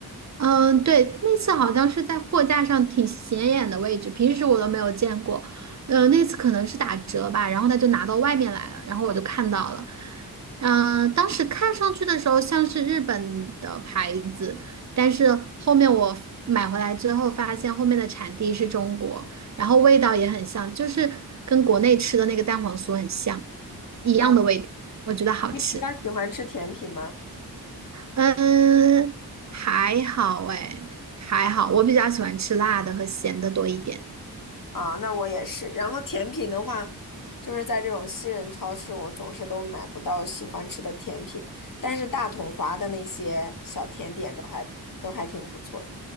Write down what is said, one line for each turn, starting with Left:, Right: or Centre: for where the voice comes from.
Right: 嗯，对，那次好像是在货架上挺显眼的位置，平时我都没有见过。呃，那次可能是打折吧，然后他就拿到外面来了，然后我就看到了。嗯、当时看上去的时候像是日本的牌子，但是后面我买回来之后发现后面的产地是中国，然后味道也很像，就是跟国内吃的那个蛋黄酥很像，一样的味道，
Left: 啊，
Right: 我觉得好吃。
Left: 你比较喜欢吃甜品吗？
Right: 嗯，还好哎，还好，我比较喜欢吃辣的和咸的多一点。
Left: 啊，那我也是。然后甜品的话，就是在这种西人超市，我总是都买不到喜欢吃的甜品，但是大统华的那些小甜点都还都还挺不错的。